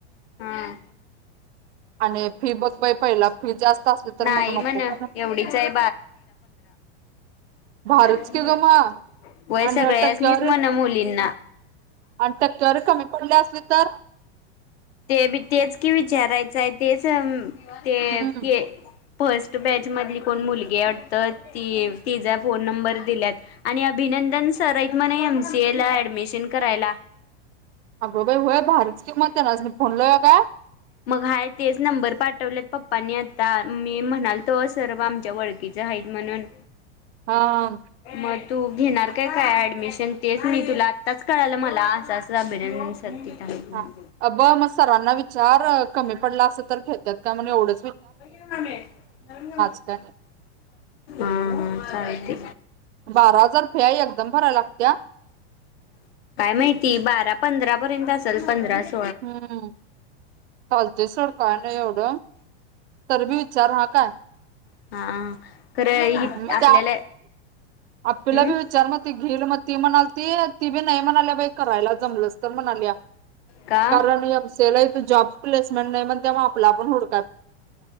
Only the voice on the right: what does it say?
आणि फी बघ बाई पहिला फी जास्त असली तर
मग नको
पण.
भारीच की ग मग
आणि
टक्क्यावर
आणि टक्केवारी कमी पडली असली तर
हम्म
अग बाई होय भारीच की मग तेनासनी फोन लावूया काय?
हा हा
हा अब मग सर्वांना विचार कमी पडला असल तर घेत्यात त्यामध्य एवढं
काय नाही
बारा हजार फी आहे एकदम भरायला लागत्या
हम्म चालतय सोड काय नाही एवढ? तरी बी विचार हा काय?
मग
ते आपी
ला बी विचार मग ते घेल मग ते म्हणाल ती ती बी नाही म्हणाल्या बाई कराय जमलंच तर म्हणाल्या
कारण एक सेल जॉब प्लेसमेट नाही म्हणत्या म आपलं आपण हुडकु